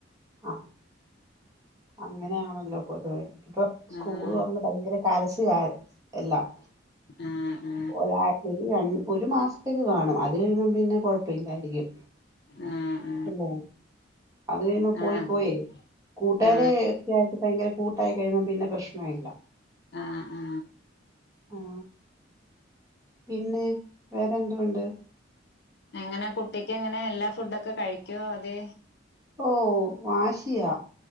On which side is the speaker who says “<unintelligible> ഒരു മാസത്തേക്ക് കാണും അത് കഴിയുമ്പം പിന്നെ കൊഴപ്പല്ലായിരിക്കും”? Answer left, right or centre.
Right